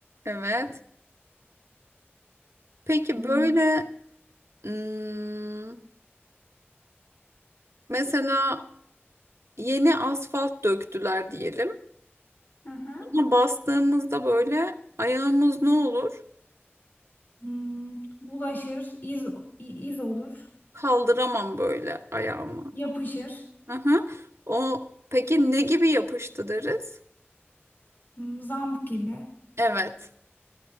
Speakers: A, on the right; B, on the left.
A: Evet. Peki
B: Hmm.
A: böyle hmm, mesela yeni asfalt döktüler diyelim.
B: Aha.
A: Ona bastığımızda böyle ayağımız ne olur?
B: Hmm. Bulaşır. İz, i- iz olur.
A: Kaldıramam böyle ayağımı.
B: Yapışır.
A: Aha. O peki ne gibi yapıştı deriz?
B: Hmm. Zamp gibi.
A: Evet.